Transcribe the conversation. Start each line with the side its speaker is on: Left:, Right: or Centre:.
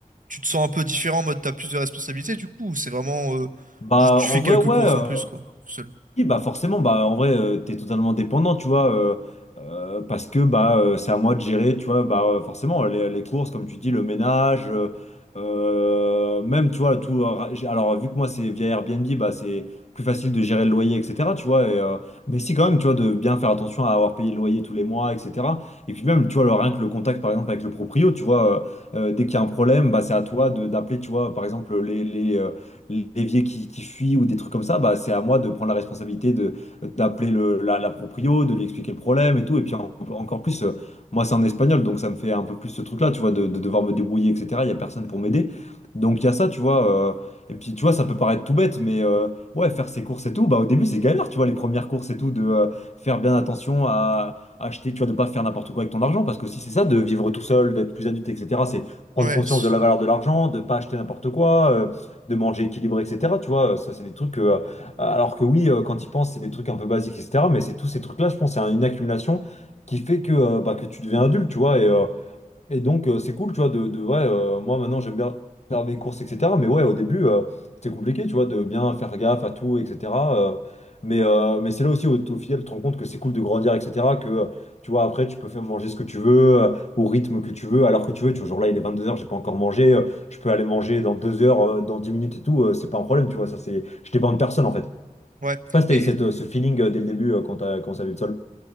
Right: tu te sens un peu différent, en mode t'as plus de responsabilités, du coup, ou c'est vraiment, euh,
Left: Bah,
Right: juste tu
Left: en
Right: fais
Left: vrai,
Right: quelques
Left: ouais.
Right: courses
Left: euh,
Right: en plus, quoi, tout seul.
Left: Oui, bah forcément, bah en vrai, euh, t'es totalement dépendant, tu vois, euh, euh, parce que bah euh, c'est à moi de gérer, tu vois, bah euh, forcément les, les courses, comme tu dis, le ménage, euh, euh, même tu vois tout. euh, ra- j'ai- Alors vu que moi c'est via Airbnb, bah c'est plus facile de gérer le loyer, etc. Tu vois, et, euh, mais si quand même, tu vois, de bien faire attention à avoir payé le loyer tous les mois, etc. Et puis même, tu vois, le- rien que le contact par exemple avec le proprio, tu vois, euh, euh, dès qu'il y a un problème, bah c'est à toi de d'appeler, tu vois, par exemple les les euh, l'évier qui, qui fuit ou des trucs comme ça, bah, c'est à moi de prendre la responsabilité de d'appeler le, la, la proprio, de lui expliquer le problème et tout. Et puis en- encore plus, euh, moi c'est en espagnol, donc ça me fait un peu plus ce truc-là, tu vois, de, de devoir me débrouiller, etc. Il n'y a personne pour m'aider. Donc il y a ça, tu vois. euh, et puis tu vois, ça peut paraître tout bête, mais euh, ouais, faire ses courses et tout, bah au début c'est galère, tu vois, les premières courses et tout, de euh, faire bien attention à acheter, tu vois, de pas faire n'importe quoi avec ton argent, parce que si c'est ça, de vivre tout seul, d'être plus adulte, etc., c'est prendre
Right: Ouais,
Left: conscience
Right: c'est-
Left: de la valeur de l'argent, de pas acheter n'importe quoi, euh, de manger équilibré, etc. Tu vois, euh, ça, c'est des trucs que, euh, alors que oui, euh, quand ils pensent, c'est des trucs un peu basiques, etc. Mais c'est tous ces trucs-là, je pense, c'est un- une accumulation qui fait que, euh, bah, que tu deviens adulte, tu vois. Et, euh, et donc, euh, c'est cool, tu vois, de, de- ouais, euh, moi maintenant j'aime bien faire mes courses, etc. Mais ouais, au début, euh, c'était compliqué, tu vois, de bien faire gaffe à tout, etc. euh, mais euh, mais c'est là aussi, au, au final, tu te rends compte que c'est cool de grandir, etc. Que, euh, tu vois, après, tu peux faire manger ce que tu veux, euh, au rythme que tu veux, alors que tu veux, tu vois, genre là, il est vingt-deux heures j'ai pas encore mangé, euh, je peux aller manger dans 2 heures, euh, dans 10 minutes et tout, euh, c'est pas un problème, tu vois, ça c'est, je dépends de personne en fait. Je
Right: ouais.
Left: sais pas si t'as
Right: Et,
Left: eu cette, euh, ce feeling euh, dès le début euh, quand t'as commencé à vivre seul.